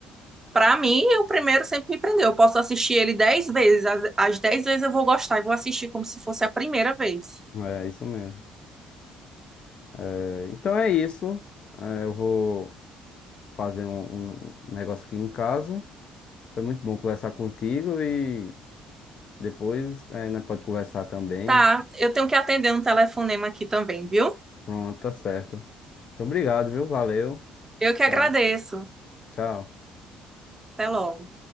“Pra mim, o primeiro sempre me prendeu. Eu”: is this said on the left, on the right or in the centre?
Right